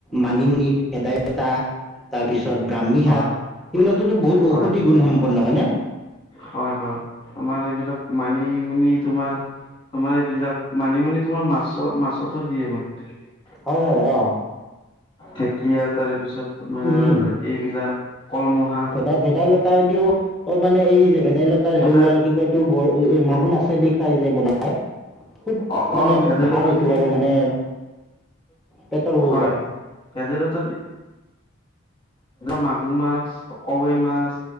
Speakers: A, in the centre; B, on the left.
A: মানিমুনি ভেদাইলতা তাৰপিছত ব্ৰাহ্মী
B: হয়
A: শাক সেইবিলাকতো বহুত
B: হয়
A: ঔষধি গুণ সম্পন্ন হয় ন।
B: হয়, হয় আমাৰ এইবিলাক মানিমনি। তোমাৰ তোমাৰ এইবিলাক মানিমুনি তোমাৰ মাছ মাছতো দিয়ে মানে তেনেকে।
A: হয়, হয়, অ'।
B: ঢেকীয়া তাৰ পিছত তোমাৰ
A: উম।
B: এইবিলাক কলমহা শাক।
A: ভেদা মানে এই ভেদাইলতাৰ
B: ভেদে
A: জোল আৰু কি কয় এইটো মাগুৰ মাছ এ দিও। চাই যে বনাই খুব
B: অ অ
A: মানে
B: ভেদাইলতা
A: ভাল এইটো
B: তুমি
A: আৰু মানে। পেটৰ অসুখত।
B: হয়, ভেদালতা। মাগুৰ মাছ, কাৱৈ মাছ।